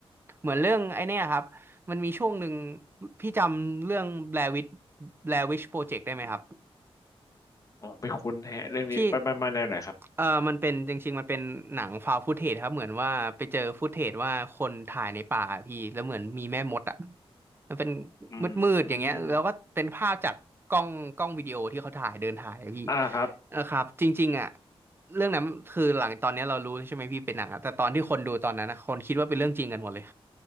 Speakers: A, on the right (about 20°); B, on the left (about 35°).
A: เหมือนเรื่องไอ้เนี่ยครับ มันมีช่วงหนึ่งพี่จำเรื่อง Blair Witch Blair Witch Project ได้ไหมครับ
B: อ๋อไม่คุ้นแฮะเรื่องนี้ไปไปมาแนวไหนครับ
A: ที่เออมันเป็นจริงๆมันเป็นหนังฟาวฟ o ตเทจครับเหมือนว่าไปเจอฟุตเทจว่าคนถ่ายในป่าพี่แล้วเหมือนมีแม่มดอ่ะมันเป็น
B: อื
A: มืดๆอย่างเงี้ยแล้วก็เป็นภาพจากกล้องกล้องวิดีโอที่เขาถ่ายเดินถ่ายอะพี่
B: มอ่าครับ
A: เออครับจริงๆอ่ะเรื่องนั้นคือหลังตอนเนี้ยเรารู้ใช่ไหมพี่เป็นหนังอะแต่ตอนที่คนดูตอนนั้นนะคนคิดว่าเป็นเรื่องจริงกันหมดเลย